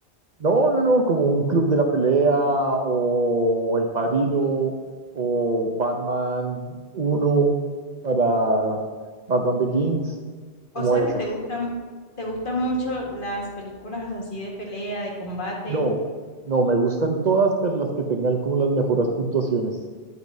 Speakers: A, on the right (about 50°); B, on the left (about 55°).
A: No, no, no, como un club de la pelea o El Padrino o Batman uno para Batman Begins,
B: O
A: como
B: sea
A: esas.
B: que te gustan, te gustan mucho las películas así de pelea, de combate.
A: No, no, me gustan todas, pero las que tengan como las mejores puntuaciones,